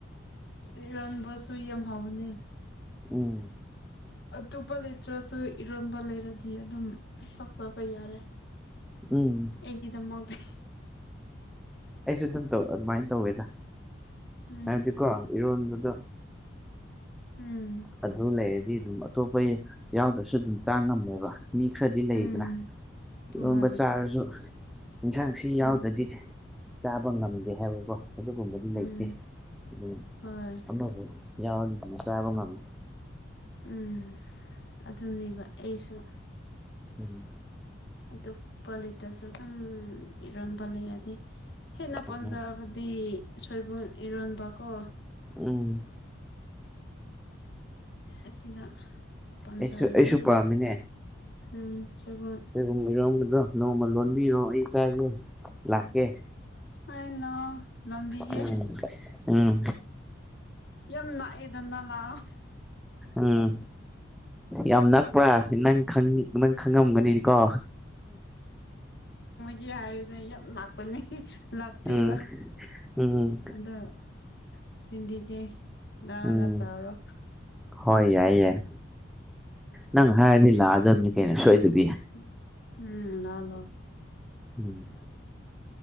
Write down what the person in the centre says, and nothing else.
ꯎꯝ
ꯎꯝ
ꯑꯩꯁꯨ ꯑꯗꯨꯝ ꯇꯧ ꯑꯗꯨꯃꯥꯏꯅ ꯇꯧꯋꯦꯗ
ꯍꯥꯏꯕꯗꯤꯀꯣ ꯏꯔꯣꯟꯕꯗꯣ
ꯑꯗꯨ ꯂꯩꯔꯗꯤ ꯑꯗꯨꯝ ꯑꯇꯣꯞꯄ ꯌꯥꯎꯗ꯭ꯔꯁꯨ ꯑꯗꯨꯝ ꯆꯥ ꯉꯝꯃꯦꯕ ꯃꯤ ꯈꯔꯗꯤ ꯂꯩꯗꯅꯥ
ꯏꯔꯣꯟꯕ
ꯆꯔꯥꯁꯨ ꯏꯟꯁꯥꯡꯁꯤ ꯁꯤ ꯌꯥꯎꯗ꯭ꯔꯗꯤ
ꯆꯥꯕ ꯉꯝꯗꯦ ꯍꯥꯏꯕꯀꯣ ꯑꯗꯨꯒꯨꯝꯕꯗꯤ ꯂꯩꯇꯦ
ꯑꯗꯨ
ꯑꯃ ꯃꯨꯛ ꯌꯥꯎꯔꯒꯗꯤ ꯆꯥꯕ ꯉꯝꯃꯦ
ꯎꯝ
ꯎꯝ
ꯎꯝ
ꯑꯩꯁꯨ ꯑꯩꯁꯨ ꯄꯥꯝꯃꯤꯅꯦ
ꯁꯣꯏꯕꯨꯝ ꯏꯔꯣꯟꯕꯗꯣ ꯅꯣꯡꯃ ꯂꯣꯟꯕꯤꯑꯣ ꯑꯩ ꯆꯥꯒꯦ ꯂꯥꯛꯀꯦ
ꯎꯝ ꯎꯝ
ꯎꯝ ꯌꯥꯝ ꯅꯛꯄ꯭ꯔꯥ ꯅꯪ ꯅꯪ ꯈꯪꯉꯝꯒꯅꯤ ꯀꯣ
ꯎꯝ ꯎꯝ
ꯎꯝ
ꯍꯣꯏ ꯌꯥꯏ ꯌꯥꯏ ꯅꯪ ꯍꯥꯏꯔꯗꯤ ꯂꯥꯛꯑꯗꯕꯅꯤ ꯀꯩꯅꯣ ꯁꯣꯏꯗꯕꯤ
ꯎꯝ